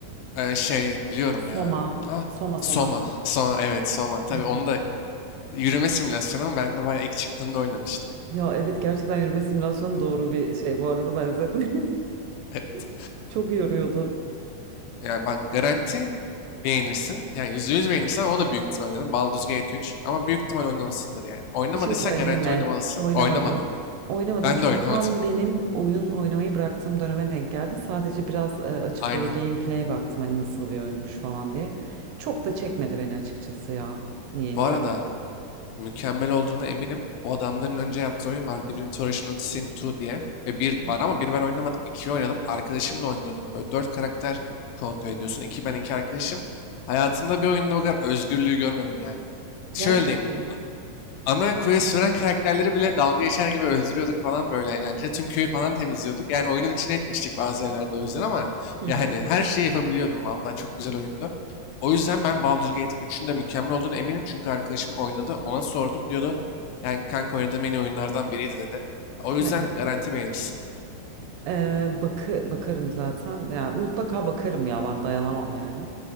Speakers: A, on the left; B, on the right.
A: e, şey biliyorum
B: Soma.
A: ya. Ah,
B: Soma Soma.
A: Soma. Soma evet Soma. Tabii
B: Evet.
A: onu da yürüme simülasyonu ama ben de bayağı ilk çıktığında oynamıştım.
B: Ya evet gerçekten yürüme simülasyonu doğru bir şey bu arada benzetme.
A: <laughs>
B: <laughs> Çok yoruyordu.
A: Yani bak garanti beğenirsin. Yani %100 beğenirsen onu da büyük ihtimal oynadın. Baldur's Gate 3. Ama büyük ihtimal oynamışsındır yani. Oynamadıysan
B: Bir şey söyleyeyim
A: garanti
B: mi?
A: oynamalısın.
B: Oynamadım.
A: Oynamadın.
B: Oynamadım
A: Ben
B: çünkü
A: de oynamadım.
B: tam benim
A: <laughs>
B: oyun oynamayı bıraktığım döneme denk geldi. Sadece biraz e, açıp
A: Aynen.
B: böyle gameplay'e baktım hani nasıl bir oyunmuş falan diye. Çok da çekmedi beni açıkçası ya. Niyeyse.
A: Bu arada mükemmel olduğuna eminim. O adamların önce yaptığı oyun var. Divinity Original Sin 2 diye. Ve bir
B: Hı
A: var
B: hı.
A: ama bir ben oynamadım. 2'yi oynadım. Arkadaşımla oynuyorduk. Böyle dört karakter kontrol ediyorsun. İki ben iki arkadaşım. Hayatımda bir oyunda bu kadar özgürlüğü görmedim yani. Şöyle
B: Gerçekten.
A: diyeyim. ana quest veren karakterleri bile dalga geçer gibi öldürüyorduk falan böyle eğlence. Tüm köyü falan temizliyorduk. Yani oyunun içine etmiştik bazı yerlerde o yüzden ama
B: Hı
A: yani
B: hı.
A: her şeyi yapabiliyordum vallahi çok güzel oyundu. O yüzden ben Baldur's Gate'in 3'ün de mükemmel olduğunu eminim çünkü arkadaşım oynadı ona sordum diyordu. Yani kanka oynadığım en iyi oyunlardan biriydi dedi. O yüzden
B: Ya inan-
A: garanti beğenirsin.
B: Ee, bakı bakarım zaten. Ya mutlaka bakarım ya ben dayanamam yani.